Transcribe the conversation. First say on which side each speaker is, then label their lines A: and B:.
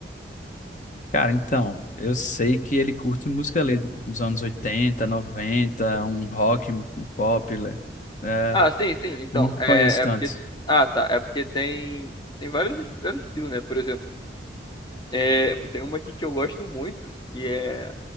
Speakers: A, on the left; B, on the left.
A: Cara, então, eu sei que ele curte música ali dos anos 80 noventa um rock, um pop. né? É,
B: Ah, sim, sim. Então,
A: não conheço
B: é,
A: tanto.
B: é porque. Ah, tá. É porque tem, tem vários, est- vários estilos, né? Por exemplo, é, tem uma aqui que eu gosto muito, que é